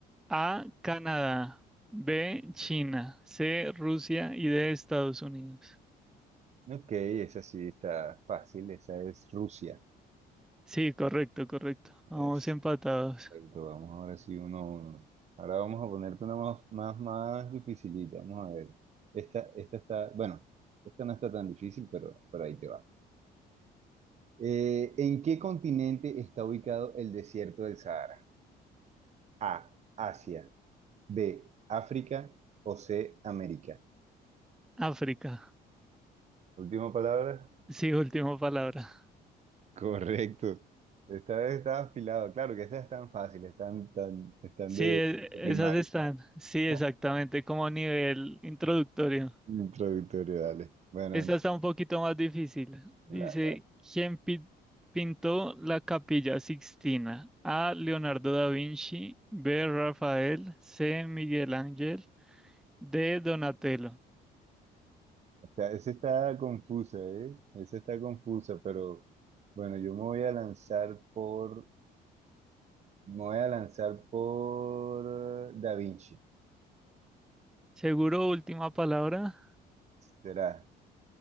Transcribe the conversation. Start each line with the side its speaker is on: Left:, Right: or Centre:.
Centre: A, Canadá. B, China. C, Rusia y D, Estados Unidos.
Right: Ok, esa sí está fácil, esa es Rusia.
Centre: Sí, correcto, correcto. Vamos
Right: Es,
Centre: empatados.
Right: perfecto, vamos ahora sí uno a uno. Ahora vamos a ponerte una más, más, más dificilita, vamos a ver. Esta, esta está, bueno, esta no está tan difícil, pero, pero ahí te va. Eh, ¿en qué continente está ubicado el desierto del Sahara? A, Asia, B, África o C, América.
Centre: África.
Right: Última palabra.
Centre: Sí, última palabra.
Right: Correcto. Esta vez está afilado, claro que esas están fáciles, están, tan, están
Centre: Sí,
Right: de
Centre: e-
Right: de primaria.
Centre: esas están. Sí, exactamente,
Right: <laughs>
Centre: como nivel introductorio.
Right: Introductorio, dale. Bueno,
Centre: Esta está un poquito más difícil. Dice,
Right: la,
Centre: ¿quién pi- pintó la Capilla Sixtina? A. Leonardo da Vinci. B. Rafael. C. Miguel Ángel. D. Donatello.
Right: esa esa está confusa, ¿eh? Esa está confusa, pero bueno, yo me voy a lanzar por, me voy a lanzar por eh, Da Vinci.
Centre: ¿Seguro última palabra?
Right: Será.